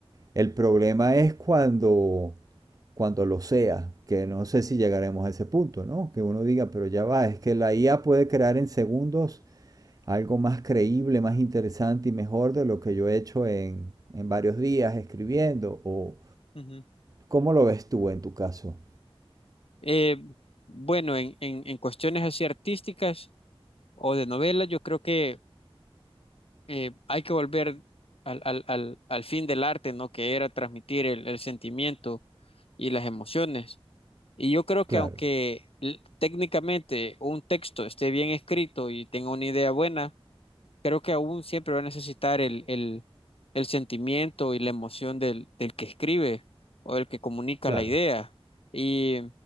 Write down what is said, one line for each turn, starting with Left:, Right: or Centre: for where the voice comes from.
Right: El problema es cuando, cuando lo sea, que no sé si llegaremos a ese punto, ¿no? Que uno diga, pero ya va, es que la IA puede crear en segundos algo más creíble, más interesante y mejor de lo que yo he hecho en, en varios días escribiendo. O,
Left: Ujú.
Right: ¿Cómo lo ves tú en tu caso?
Left: Eh, bueno, en, en- en cuestiones así artísticas o de novelas, yo creo que eh, hay que volver al, al- al- al fin del arte, ¿no? Que era transmitir el, el sentimiento y las emociones. Y yo creo que
Right: Claro,
Left: aunque l- técnicamente un texto esté bien escrito y tenga una idea buena, creo que aún siempre va a necesitar el, el, el sentimiento y la emoción del, del que escribe o del que comunica
Right: claro.
Left: la idea. Y